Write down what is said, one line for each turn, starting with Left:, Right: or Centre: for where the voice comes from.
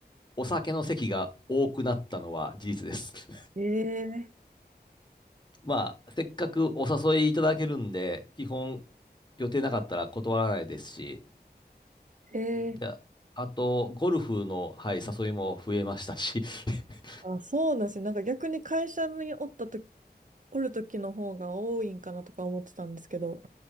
Left: お酒の席が多くなったのは事実です。
Right: えー、
Left: まあ、せっかくお誘いいただけるんで、基本予定なかったら断らないですし、
Right: えー、
Left: でああと、ゴルフの、はい、誘いも増えましたし、<laughs>
Right: あ、そうなんですね。なんか逆に会社におったとき、おるときの方が多いんかなとか思ってたんですけど。